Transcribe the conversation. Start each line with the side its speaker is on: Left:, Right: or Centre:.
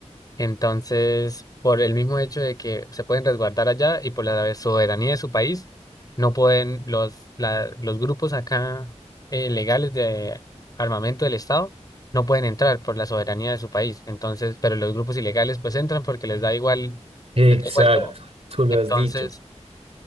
Left: Entonces, por el mismo hecho de que se pueden resguardar allá y por la soberanía de su país, no pueden los, la- los grupos acá eh, legales de armamento del Estado no pueden entrar por la soberanía de su país. Entonces, pero los grupos ilegales pues entran porque les da igual,
Right: Exacto,
Left: les da igual todo.
Right: tú lo
Left: Entonces,
Right: has dicho.